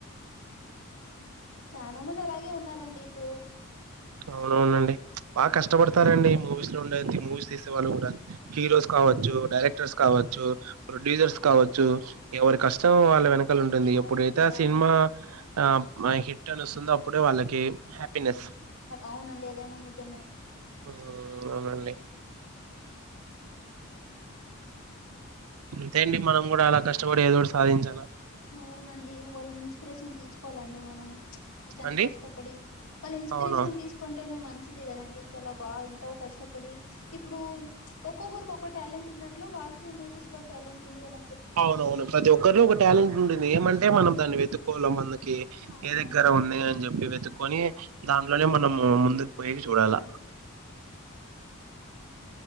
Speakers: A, on the left; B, on the right.
A: చనా మంది అలాగే ఉన్నారండి ఇప్పుడు
B: అవునవునండి బాగా కష్టపడతారండి మూవీస్ లో ఉండే మూవీస్ తీసేవాళ్ళు కూడా హీరోస్ కావచ్చు డైరెక్టర్స్ కావచ్చు ప్రొడ్యూసర్స్ కావచ్చు ఎవరి కష్టం వాళ్ళ వెనక క్క ఉంటుంది
A: అవునండి
B: ఎప్పుడైతే ఆ
A: అవును
B: సినిమా ఆ హిట్ అని వస్తుందో అప్పుడే వాళ్ళకి హ్యాపీనెస్
A: అవునండి అదేమో నిజమే
B: ఉమ్ అవునండి అంతేఅండీ మనం కూడా అలా కష్టపడి ఏదోటి సాధించాలా
A: అవునండి వాళ్ళని ఇన్స్పిరేషన్ తీసుకోవాలండి మనం చనా
B: అండి
A: కష్టపడి వాళ్ళు ఇన్స్పిరేషన్
B: అవును
A: తీసుకొని అంటేనే మంచిది కదండి చాలా బాగా ఎంతో కష్టపడి ఇప్పుడు ఒక్కొక్కరికి ఒక్క టాలెంట్ ఉన్నట్లు వాళ్ళకి మూవీస్ లో టాలెట్ ఉందిలా
B: అవునవును ప్రతి ఒక్కరిలో ఒక టాలెంట్ ఉండింది ఏమంటే మనం దాన్ని వెతుక్కోనం మనకి
A: అవునండి
B: ఏ దగ్గర ఉంది అని చెప్పి వెతుకొని దాంట్లోనే మనం ముందుకు పోయి చూడాలా